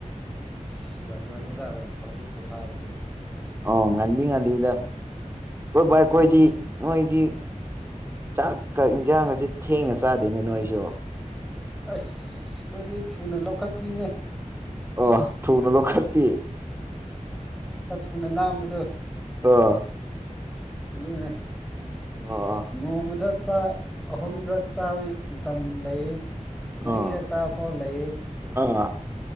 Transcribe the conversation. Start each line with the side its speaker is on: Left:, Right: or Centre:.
Centre: ꯏꯁꯁ ꯌꯥꯝ ꯉꯜꯂꯤꯗꯥꯕ ꯁꯥꯎꯖꯤꯛ ꯄꯣꯊꯥꯔꯗꯤ
Right: ꯑꯣ ꯉꯗꯤ ꯉꯜꯂꯤꯗ ꯑꯩꯈꯣꯏꯗꯤ ꯅꯣꯏꯗꯤ ꯆꯥꯛꯀ ꯏꯟꯁꯥꯡꯒꯁꯦ ꯊꯦꯡꯅ ꯆꯥꯗꯣꯏꯅꯦ ꯅꯣꯏꯁꯨ
Centre: ꯑꯁ ꯑꯩꯈꯣꯏꯗꯤ ꯊꯨꯅ ꯂꯧꯈꯠꯄꯤꯅꯦ
Right: ꯑ ꯊꯨꯅ ꯂꯧ ꯈꯇ
Centre: ꯑꯩꯈꯅ ꯂꯥꯝꯕꯗ
Right: ꯑ
Centre: ꯑꯗꯨꯅꯦ
Right: ꯑꯣ
Centre: ꯅꯣꯡꯃꯗ ꯑꯍꯨꯝꯂꯛ ꯆꯥꯕ ꯃꯇꯝ ꯂꯩ ꯃꯔꯤꯔ
Right: ꯑꯣ
Centre: ꯆꯥ ꯐꯥꯎ ꯂꯩꯌꯦꯦ
Right: ꯑꯥ